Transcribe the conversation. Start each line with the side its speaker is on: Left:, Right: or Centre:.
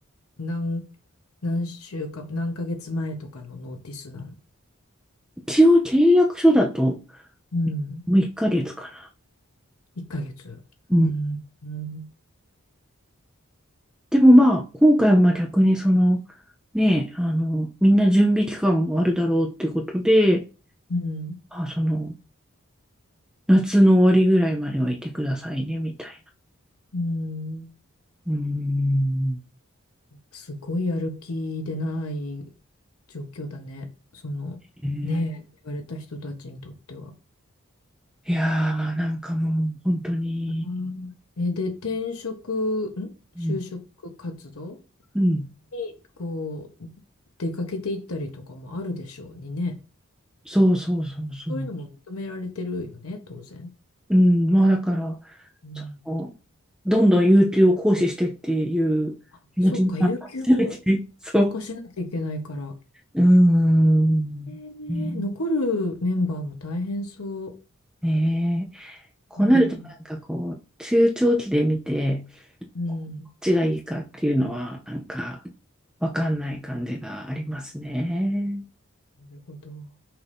Left: 何、何週間、何ヶ月前とかのノーティスなの。
Centre: 一応契約書だと、
Left: うん。
Centre: もう1ヶ月か
Left: 1ヶ月。
Centre: な。
Left: うん。うん。
Centre: でもまあ、今回はまあ逆にその、ね、あの、みんな準備期間もあるだろうってことで、
Left: うん。
Centre: まあ、その、夏の終わりぐらいまではいてくださいね、みたい
Left: うん
Centre: な。うーん。
Left: すごいやる気でない状況だね。その、
Centre: えー
Left: ねえ、言われた人たちにとっては。
Centre: いやー、なんかもう、本当に、
Left: うんえ、で、転職、ん就職活動
Centre: うん、うん
Left: に、こう、出かけていったりとかもあるでしょうにね。
Centre: そうそうそうそう。
Left: そういうのも認められてるよね、当然。
Centre: うん、まあだから、
Left: うん
Centre: その、どんどん有給を行使してっていう気持ちが強いね。
Left: あ、そっか、有給も消化しなきゃいけないから。
Centre: そう。うーん。
Left: えー、
Centre: ね
Left: 残るメンバーも大変そ
Centre: ねえこうなるとなんかこう中長期で見て
Left: う。うん、うん、
Centre: こっちがいいかっていうのはなんかわかんない感じがありますね。
Left: なるほど。